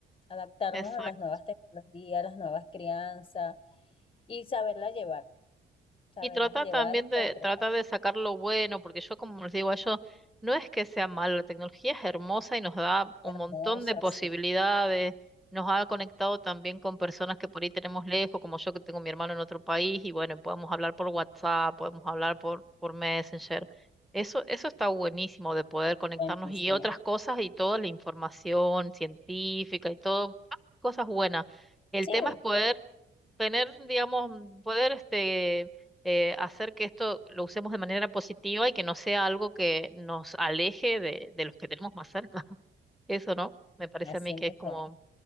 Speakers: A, on the left; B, in the centre.
A: adaptarnos
B: exacto,
A: a las nuevas tecnologías, a las nuevas crianzas y saberlas llevar, saberlas
B: Y trata
A: llevar
B: también
A: y
B: de,
A: controlar.
B: trata de sacar lo bueno, porque yo como les digo a ellos, no es que sea malo, la tecnología es hermosa y nos da un
A: hermosas
B: montón de posibilidades,
A: sí.
B: nos ha conectado también con personas que por ahí tenemos lejos, como yo que tengo a mi hermano en otro país, y bueno, podemos hablar por WhatsApp, podemos hablar por, por Messenger. Eso, eso está buenísimo de poder conectarnos
A: Buenísimo.
B: y otras cosas y toda la información científica y todo, ah, cosas buenas. El
A: Sí,
B: tema es poder tener, digamos, mm, poder este, eh, hacer que esto lo usemos de manera positiva y que no sea algo que nos aleje de, de los que tenemos más cerca. <laughs> Eso, ¿no? Me parece
A: así
B: a mí que
A: mismo
B: es como
A: es.